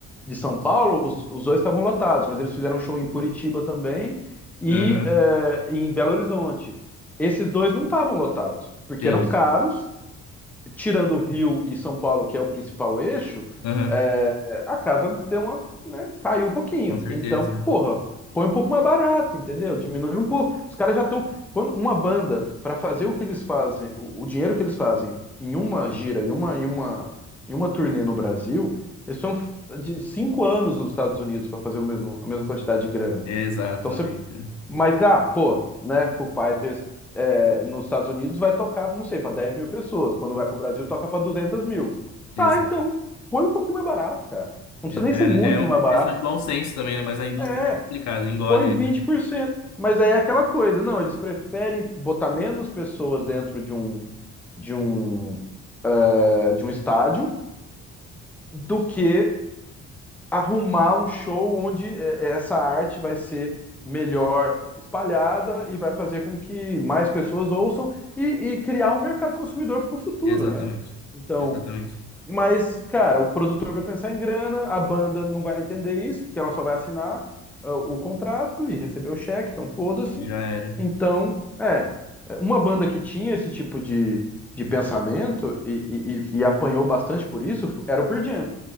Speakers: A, in the centre; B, on the left.
A: de São Paulo, os, os dois estavam lotados, mas eles fizeram um show em Curitiba também e
B: Aham.
A: é, em Belo Horizonte. Esses dois não estavam lotados, porque
B: Entendi.
A: eram caros tirando o Rio e São Paulo, que é o principal eixo,
B: Aham.
A: é, a casa deu uma, né, caiu um pouquinho.
B: Com certeza.
A: Então, porra, põe um pouco mais barato, entendeu? Diminui um pouco. Os caras já estão. Quando uma banda, para fazer o que eles fazem, o, o dinheiro que eles fazem em uma gira, em uma, em uma, em uma turnê no Brasil, eles são de cinco anos nos Estados Unidos para fazer o mesmo, a mesma quantidade de grana.
B: Exatamente.
A: Então você mas, ah, pô, né? Foo Fighters é, nos Estados Unidos vai tocar, não sei, para 10 mil pessoas. Quando vai para o Brasil, toca para 200 mil.
B: Exato.
A: Tá, então, põe um pouquinho mais barato, cara. Não
B: É,
A: precisa nem ser muito
B: é uma
A: mais barato.
B: questão de bom senso também, né? Mas a indústria
A: É,
B: é complicada, engole,
A: põe 20%.
B: né?
A: Mas aí é aquela coisa, não, eles preferem botar menos pessoas dentro de um, de um, é, de um estádio do que arrumar um show onde é, essa arte vai ser melhor espalhada e vai fazer com que mais pessoas ouçam e, e criar um mercado consumidor para o futuro,
B: Exatamente.
A: né? Então,
B: Exatamente.
A: mas, cara, o produtor vai pensar em grana, a banda não vai entender isso, porque ela só vai assinar ah, o contrato e receber o cheque, então foda-se.
B: Já era.
A: Então, é, uma banda que tinha esse tipo de, de pensamento e, e, e- e apanhou bastante por isso era o Pearl Jam.